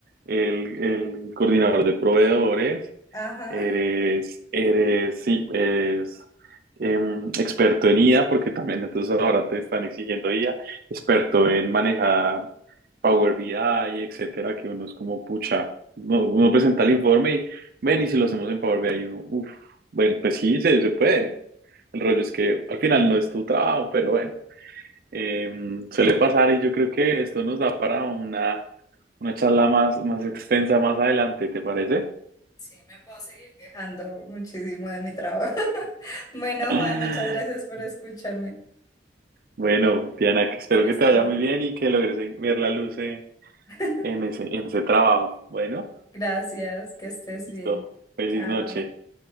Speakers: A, on the right (about 55°); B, on the left (about 20°).
A: el, el coordinador de proveedores,
B: Ajá.
A: eres, eres, sí, eres em, experto en IA, porque también entonces ahora te están exigiendo IA, experto en manejar Power BI, etcétera, que uno es como, pucha, no- uno presenta el informe y, ven, y si lo hacemos en Power BI, y uno, uff, bueno, pues sí, se, se puede. El rollo es que al final no es tu trabajo, pero bueno, eh, suele pasar y yo creo que esto nos da para una, una charla más, más extensa más adelante, ¿te parece?
B: Sí, me puedo seguir quejando muchísimo de mi trabajo. <laughs> Bueno,
A: <laughs>
B: Juan, muchas gracias por escucharme.
A: Bueno, Diana, que espero
B: Que
A: que
B: estés
A: te vaya muy
B: bien.
A: bien y que logres ver la luz eh,
B: <laughs>
A: en ese, en ese trabajo. Bueno,
B: Gracias, que estés
A: listo.
B: bien.
A: Feliz
B: Chao.
A: noche.